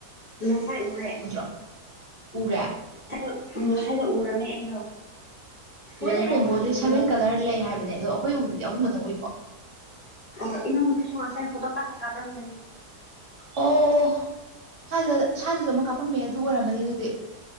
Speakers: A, on the left; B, on the right.
A: ꯉꯁꯥꯏ ꯎꯋꯦ
B: ꯎꯗ꯭ꯔꯣ ꯎꯔꯦ
A: ꯁꯥꯏꯗ ꯎꯝ ꯁ꯭ꯋꯥꯏꯗ ꯎꯔꯝꯃꯦ ꯑꯩꯗꯣ
B: ꯃꯣꯏꯅ
A: ꯔꯦꯝꯕꯣ
B: ꯔꯦꯟꯕꯣꯖꯤ
A: ꯑꯃ ꯊꯣꯛꯄꯗꯣ
B: ꯁꯚꯦꯟ ꯀꯂꯔ ꯂꯩ ꯍꯥꯏꯕꯅꯦ ꯑꯗꯣ ꯑꯩꯈꯣꯏ ꯎꯕꯗꯗꯤ ꯑꯍꯨꯝ ꯈꯛꯇꯪ ꯎꯏꯀꯣ
A: ꯑ ꯏꯅꯧ ꯅꯨꯄꯤꯁꯨ ꯉꯁꯥꯏ ꯐꯣꯇꯣ ꯀꯥꯟꯅ ꯀꯥꯞꯔꯝꯕꯅꯦ
B: ꯑꯣ ꯁ꯭ꯋꯥꯏꯗ ꯁ꯭ꯋꯥꯏꯗꯁꯨ ꯑꯃꯨꯛ ꯀꯥꯞꯄꯝꯃꯦ ꯑꯗꯨ ꯑꯣꯏꯔꯝꯃꯅꯤ ꯑꯗꯨꯗꯤ